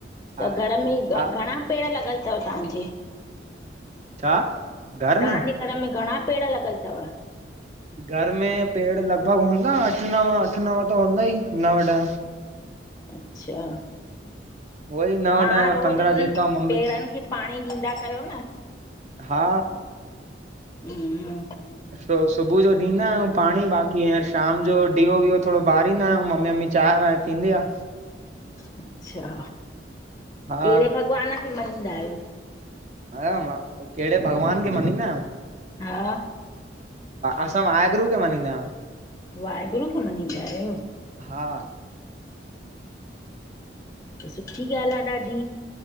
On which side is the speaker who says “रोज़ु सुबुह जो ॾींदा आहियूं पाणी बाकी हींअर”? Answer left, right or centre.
Right